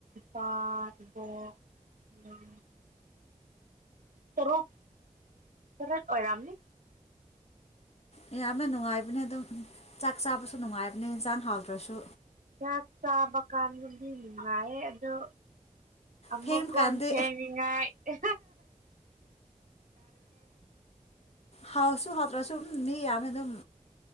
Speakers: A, on the right; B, on the left.
A: ꯄꯥꯔꯕꯣ ꯎꯝ ꯇꯔꯣꯛ ꯇꯠ ꯑꯣꯏꯔꯝꯅꯤ
B: ꯑꯦ ꯌꯥꯝꯃꯦ ꯅꯅꯨꯡ ꯍꯥꯏꯅꯦꯗ ꯆꯥꯛ ꯆꯥꯕꯁꯨ ꯅꯨꯡꯉꯥꯏꯕ ꯆꯥꯟ ꯍꯥꯎ ꯇ꯭ꯔꯁꯨ
A: ꯌꯥ ꯆ ꯀꯥꯟꯗꯗꯤ ꯅꯨꯡꯉꯥꯏꯌꯦ ꯑꯗꯣ ꯑꯃꯀꯣꯦꯅꯤꯡꯉ
B: ꯊꯦꯡꯕ ꯀꯥꯟꯗꯤ
A: ꯀꯦ
B: ꯍꯥꯎꯁꯨ ꯍꯥꯎꯇ꯭ꯔꯁꯨꯝ ꯃꯤ ꯌꯥꯝꯅ ꯑꯗꯨꯝ